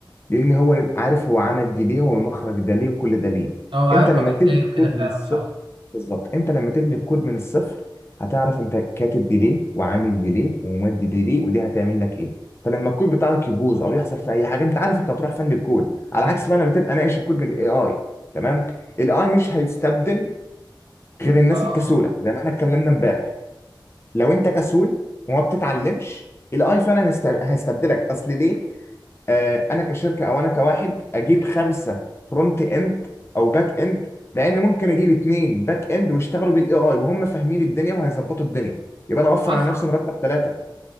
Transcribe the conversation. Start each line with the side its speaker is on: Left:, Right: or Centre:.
Left: لان هو يبقى عارف هو عمل دي ليه والمخرج ده ليه وكل ده ليه
Right: هو هيركب
Left: انت لما تبني
Right: ازاي
Left: الكود
Right: وكده فعلا
Left: من الصفر
Right: صح
Left: بالظبط انت لما تبني الكود من الصفر هتعرف انت كاتب دي ليه وعامل دي ليه ومودي دي ليه ودي هتعمل لك ايه فلما الكود بتاعك يبوظ او يحصل في اي حاجه انت عارف انت هتروح فن الكود
Right: صحيح
Left: على عكس بقى لما تبقى ناقش الكود من الاي اي تمام الاي مش هيستبدل غير الناس
Right: اه
Left: الكسوله
Right: آه.
Left: زي ما احنا اتكلمنا امبارح لو انت كسول وما بتتعلمش الاي فعلا هيست- هيستبدلك اصل ليه آه، انا كشركه او انا كواحد اجيب خمسه فرونت اند او باك اند لان ممكن اجيب اتنين باك اند ويشتغلوا بالاي اي وهم فاهمين الدنيا وهيظبطوا الدنيا يبقى انا اوفر
Right: اسرع
Left: على نفسي مرتب ثلاثه